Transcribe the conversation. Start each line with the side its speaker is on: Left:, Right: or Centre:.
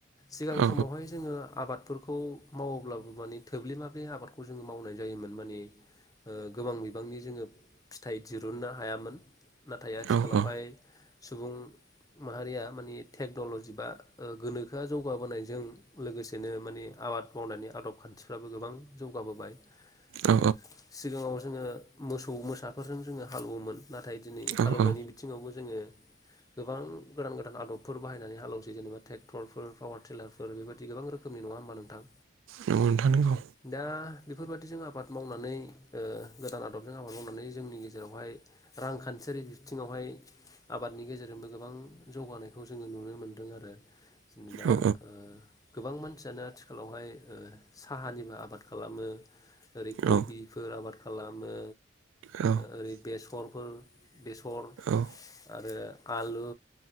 Left: सिगां
Right: औ
Left: समावहाय जोङो। आबादफोरखौ मावोब्लाबो माने थोब्ले माब्लि आबादखौ जोङो मावनाय जायोमोन माने ओ गोबां बिबांनि जोङो फिथाइ दिरुननो हायामोन। नाथाय आथिखालावहाय
Right: औ औ
Left: सुबुं माहारिया मानि टेक्न'ल'जि बा गोनोखोआ जौगाबोनायजों लोगोसेनो मानि आबाद मावनायनि आदब खान्थिफ्राबो गोबां जौगाबोबाय।
Right: औ
Left: ओ सिगाङाव जोङो मोसौ मोसाफोरजों जोङो हालौवोमोन। नाथाय दिनै
Right: औ
Left: हालेवनायनि
Right: औ
Left: बिथिङावबो जोङो गोबां गोदान गोदान आदबफोर बाहायनानै हालौसै जेनेबा ट्रेक्टरफोर पावार लारफोर बेबायदि गोबां रोखोमनि नङा होमबा नोंथां।
Right: नंगौ नोंथां नोंगौ।
Left: दा बेफोरबादिजों आबाद मावनानै गोदान आदबजों आबाद मावनानै जोंनि गेजेरावहाय रांखान्थियारि बिथिङावहाय आबादनि गेजेरजोंबो गोबां जौगानायखौ जोङो नुनो मोनदों आरो जेनेबा
Right: औ
Left: उम गोबां मानसियानो आथिखालावहाय साहानिबो आबाद खालामो ओरै कबिफोर
Right: औ
Left: आबाद खालामो
Right: औ
Left: ओरै बेसरफोर बेसर
Right: औ
Left: आरो आलु